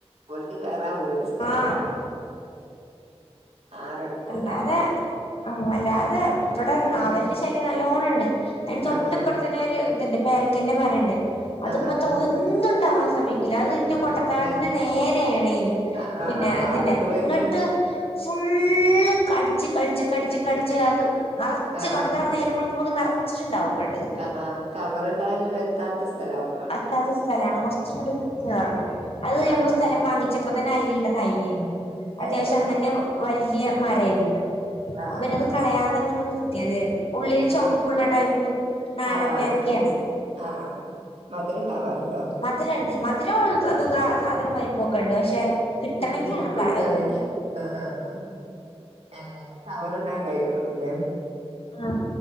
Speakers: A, on the right; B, on the left.
A: ഓൾക്ക് കേറാം ഓര് സ്ഥലം
B: ആഹ്
A: കാണും. ആറടിക്കണ്ടാവണം
B: അല്ലാതെ ആഹ് അല്ലാതെ ഇവടെ
A: ആഹ്
B: നാവൽ ശ ല്ലി നല്ലോണണ്ട് അതിന് തൊട്ട്പ്പർത്തന്നെ
A: ആഹ്
B: ഒര് ഇത്ണ്ട് പേരക്കന്റെ മരണ്ട് അത്
A: ആഹ്
B: മ്മെത്ത
A: ആഹ്
B: ഒന്ന് ന്നും ണ്ടാവാൻ സമ്മയ്ക്കൂല അത് ഇൻ്റെ പൊട്ടത്താഴത്തിന്റെ
A: ഏഹ്
B: നേരെ ആണേലും
A: ആഹ് ആഹ്
B: പിന്നെ
A: ആഹ്
B: അതിന്റെ
A: ആട്ക്ക് വര്ണെ
B: ഇങ്ങട്ട് ഫുള്ള് കടി ച്ച് കടിച്ച് കടിച്ച് കടിച്ച് അത് നറച്ച്
A: ആഹ്
B: കൊട്ടത്തറ നേരം വെളുക്കുമ്പക്ക് നറച്ചിണ്ടാവും അ
A: അഹ് ആഹ് കവറ്ഡാനും എത്താത്ത സ്ഥലാവും. വാണെങ്കി
B: അറ്റാത്ത സ്ഥലാണ് കൊർച്ച് ഇങ്ങട് കേറണം അത്
A: ആഹ്
B: ഞമ്മൾ
A: ആഹ്
B: സ്ഥലം വാങ്ങി ച്ചപ്പം തന്നെ അയിലുള്ള തൈ ആരുന്നു അത്യാവശ്യം
A: ഏഹ്
B: തന്നെ വല്യയ മരാഇരുന്നു.
A: ആഹ്
B: അപ്പൊ പിന്നെത്
A: ആഹ്
B: കളയാതെ അങ്ങനെ നിർത്തിയതാരുന്ന് ഉള്ളിൽ
A: ഉം
B: ചുമപ്പുള്ള ടൈപ്പ്. നാടൻ
A: ആഹ് ആഹ്
B: പേരക്കയാണ്
A: ആഹ് ആഹ് മധുരം ണ്ടാവാറുണ്ടോ?
B: മധുരണ്ട് മധുരം അതൊക്കെ സാധനം വലപ്പൊക്കെ ണ്ട് പക്ഷെ കിട്ടണെങ്കിലാണ്
A: ഉം ഉം
B: പ്ല
A: കിട്ടനങ്കി
B: ഇത്
A: ആഹ് ആഹ് എങ്ങനെങ്കിലും കവറ് ഇടാൻ കഴിയണം ല്ലെ?
B: ആഹ്